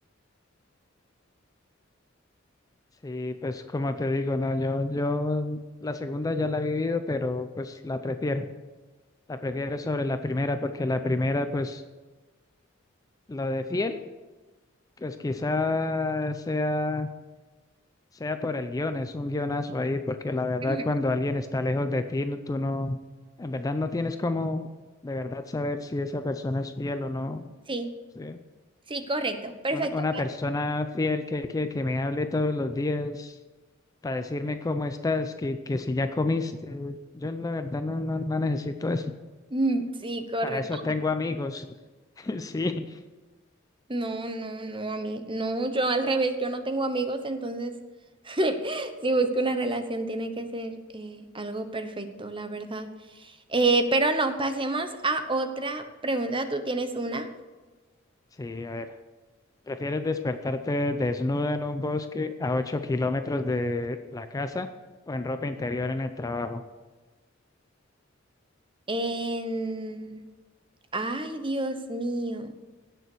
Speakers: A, on the left; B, on the right.
A: Sí, pues como te digo, no, yo, yo la segunda ya la he vivido, pero pues la prefiero. La prefiero sobre la primera porque la primera, pues lo de fiel, pues quizá sea sea por el guión, es un guionazo ahí, porque la verdad
B: Ujú.
A: cuando alguien está lejos de ti, no- tú no, en verdad no tienes como de verdad saber si esa persona es fiel o no.
B: Sí,
A: Sí.
B: sí, correcto, perfecto.
A: Una, una
B: Pat.
A: persona fiel que, que, que me hable todos los días para decirme cómo estás, que, que si ya comiste, yo la verdad no, no, no necesito eso.
B: Mm, Sí, correcto.
A: Para eso tengo amigos. <laughs> Sí,
B: No, no, no, a mí, no, yo al revés, yo no tengo amigos, entonces <laughs> si busco una relación tiene que ser eh, algo perfecto, la verdad. Eh, pero no, pasemos a otra pregunta. Tú tienes una
A: sí, a ver. ¿Prefieres despertarte desnuda en un bosque a 8 kilómetros de la casa o en ropa interior en el trabajo?
B: en... Ay, Dios mío,